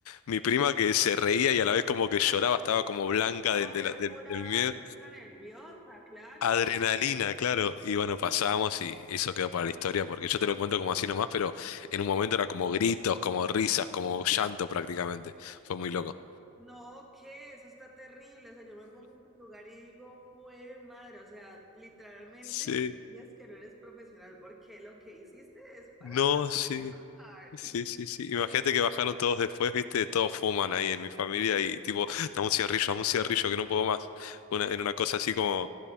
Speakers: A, on the left (about 75°); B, in the centre.
A: Mi prima que se reía y a la vez como que lloraba, estaba como blanca
B: no,
A: del, de
B: era
A: la- del-
B: pura
A: del miedo.
B: risa nerviosa, claro.
A: Adrenalina, claro. Y bueno, pasamos y eso quedó para la historia porque yo te lo cuento como así nomás, pero en un momento era como gritos, como risas, como llanto prácticamente. Fue muy loco.
B: No, que eso está terrible. O sea, yo me pongo en tu lugar y digo, fue madre. O sea, literalmente
A: Sí,
B: me digas que no eres profesional porque lo que hiciste es para
A: no,
B: saber
A: sí.
B: manejar.
A: Sí, sí, sí. Imagínate que bajaron todos después, viste, todos fuman ahí en mi familia y tipo, dame un cigarrillo, dame un cigarrillo que no puedo más. Una, en una cosa así como,